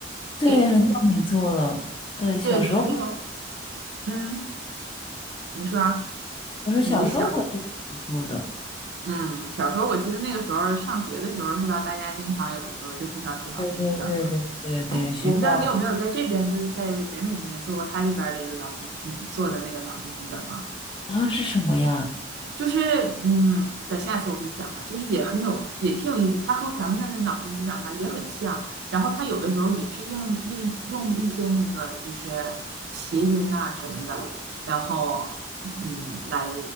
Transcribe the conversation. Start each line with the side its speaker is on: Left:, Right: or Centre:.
Left: 对，
Right: 诶，
Left: 很久没做了。对，小时候，
Right: 对，还有，嗯，你说啊
Left: 我说小时候会经常做的。
Right: 你的小，嗯，小时候我记得那个时候上学的时候是吧，大家经常有的时候就互相说脑筋急转弯。
Left: 对对对对对对，
Right: 哎，
Left: 学校
Right: 我不知道你有没有在这边，就是在北美这边做过他这边的一个脑筋，嗯，做的那个脑筋急转弯。
Left: 啊是什么呀？
Right: 就是嗯，等下次我给你讲吧，就是也很有，也挺有意思。它和咱们的那脑筋急转弯儿也很像，然后它有的时候也是用应用一些那个就是谐音呐、什么的，然后嗯来